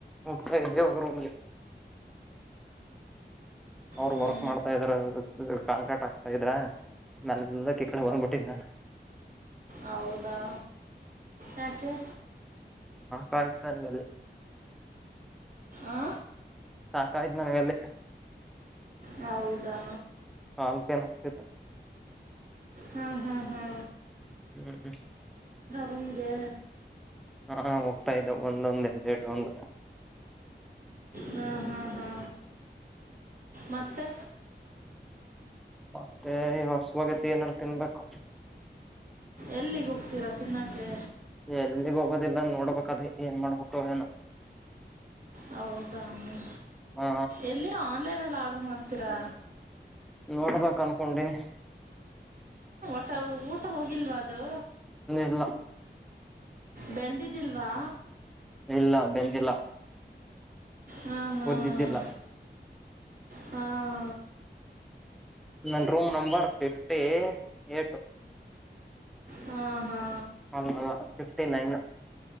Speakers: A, in the centre; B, on the right (about 50°).
A: ಹ್ಮ ಎಲ್ಲಿ ಒಂದು ರೂಮ ಅವ್ರ
B: ಹ್ಞೂ
A: ವರ್ಕ್ ಮಾಡ್ತಾ ಇದ್ರ ಕಾಂಕ್ರೀಟ್ ಆಕ್ತಾ ಇದ್ರ ನಲ್ಲ ಕಿ ಕಡೆ ಬಂದ್ಬಿಟ್ಟಿದ್ದ ನಾನು
B: ಹೌದಾ ಯಾಕೆ
A: ಹಾಯ ನನಗ
B: ಆ
A: ಆಾಯ್ತು ನನಗೆ ಅಲ್ಲಿ
B: ಹೌದಾ
A: ಕಾಲ್ ಪೇನ್ ಆಗ್ತಿತ್ತು
B: ಹ್ಮ್ ಹ್ಮ್ ಹಾ
A: ಹ್ಮ್
B: ರೂಮ್ಗೆ
A: ಹಾ ಹೋಗ್ತಾ ಇದ್ದಾವ ಒಂದೊಂದ ಎ ಒಂದು
B: ಹ್ಮ ಹಾ ಹಾ ಮತ್ತೆ
A: ಮತ್ತೆ ಈ ಹೊಸುವಗತಿ ಏನಾರ ತಿನ್ಬೇಕು
B: ಎಲ್ಲಿಗೆ ಹೋಗ್ತೀರಾ ತಿನ್ನಕೆ
A: ಎಲ್ಲಿಗ್ ಹೋಗೋದಿಲ್ಲ ನೋಡ್ಬೇಕಾದ ಏನ್ ಮಾಡ್ಬೇಕು ಏನು
B: ಹೌದಾ ಹ್ಮ
A: ಹಾ
B: ಎಲ್ಲಿ ಆನ್ಲೈನ್ಲ್ಲಿ ಆರ್ಡರ್ ಮಾಡ್ತೀರಾ
A: ನೋಡ್ಬೇಕ ಅನ್ಕೊಂಡೀನಿ
B: ಮ ಊಟ ಹೋಗಿಲ್ವಾ ಅದು
A: ಇಲ್ಲ
B: ಬೆಂದಿದ್ದಿಲ್ವಾ
A: ಇಲ್ಲ ಬೆಂದಿಲ್ಲ
B: ಹ್ಮ್ ಹ್ಮ್
A: ಓದಿದ್ದಿಲ್ಲ
B: ಹ್ಮ
A: ನನ್ನ ರೂಮ ನಂಬರ್ ಫಿಫ್ಟಿ ಏಟು
B: ಹಾ ಹಾ
A: ಅೌ ಅ ಫಿಫ್ಟಿ ನೈನ್